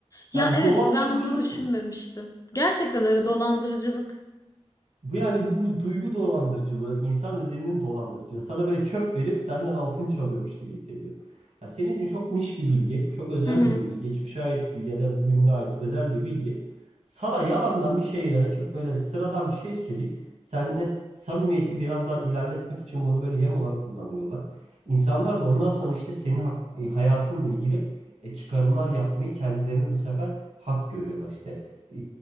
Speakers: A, on the left; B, on the right.
A: Ya
B: Yani
A: evet
B: bir dolandırıcılık
A: ben bunu düşünmemiştim.
B: bu.
A: Gerçekten öyle
B: Bu,
A: dolandırıcılık.
B: bu yani bu, bu duygu dolandırıcılığı, insan özelinin dolandırıcılığı. Sana böyle çöp verip senden altın çalıyormuş gibi hissediyorum. Ya senin için çok niş bir bilgi, çok özel
A: Hı hı.
B: bir bilgi, geçmişe ait bir ya da bugüne ait özel bir bilgi. Sana yalandan bir şey ya da çok böyle sıradan bir şey söyleyip seninle samimiyeti biraz daha ilerletmek için bunu böyle yem olarak kullanıyorlar. İnsanlar da ondan sonra işte senin hak- e, hayatınla ilgili e, çıkarımlar yapmayı kendilerini bu sefer hak görüyorlar işte E,